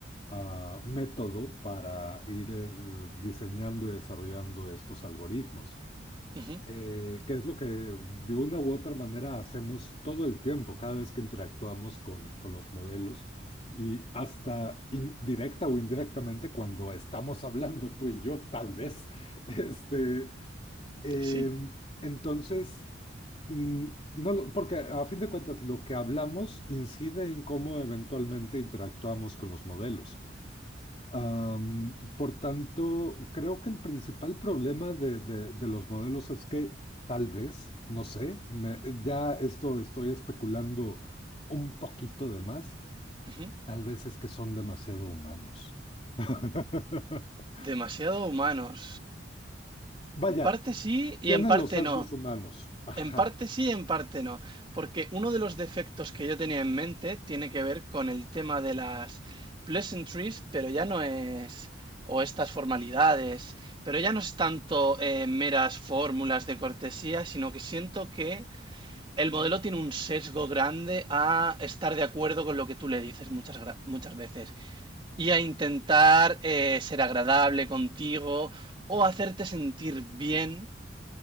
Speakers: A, on the left; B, on the right.
A: ah, método para ir eh, diseñando y desarrollando estos algoritmos,
B: ujú,
A: eh, que es lo que de una u otra manera hacemos todo el tiempo, cada vez que interactuamos con, con los modelos y hasta in- directa o indirectamente cuando estamos hablando tú y yo, tal vez. <laughs> Este, em,
B: Sí.
A: entonces... Mm, No, lo- porque a fin de cuentas lo que hablamos incide en cómo eventualmente interactuamos con los modelos. Am, por tanto, creo que el principal problema de, de- de los modelos es que tal vez, no sé, me- ya esto estoy especulando un poquito de más,
B: ujú.
A: tal vez es que son demasiado humanos. <laughs>
B: Demasiado humanos.
A: Vaya,
B: En parte sí y
A: tienen
B: en parte
A: los rasgos
B: no.
A: humanos. Ajá.
B: En parte sí, en parte no, porque uno de los defectos que yo tenía en mente tiene que ver con el tema de las pleasantries, pero ya no es, o estas formalidades, pero ya no es tanto eh, meras fórmulas de cortesía, sino que siento que el modelo tiene un sesgo grande a estar de acuerdo con lo que tú le dices muchas, gra- muchas veces y a intentar eh, ser agradable contigo o hacerte sentir bien